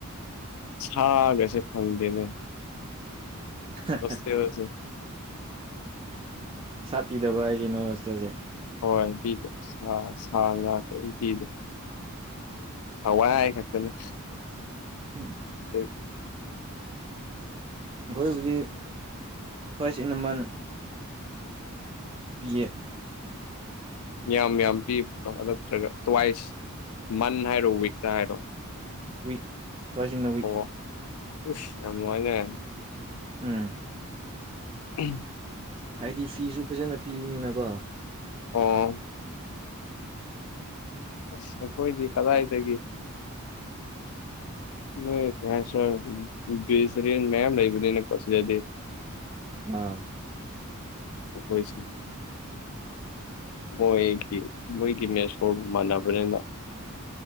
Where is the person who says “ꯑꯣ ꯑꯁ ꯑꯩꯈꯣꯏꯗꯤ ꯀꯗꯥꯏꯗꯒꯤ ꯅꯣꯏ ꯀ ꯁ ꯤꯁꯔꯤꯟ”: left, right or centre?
Left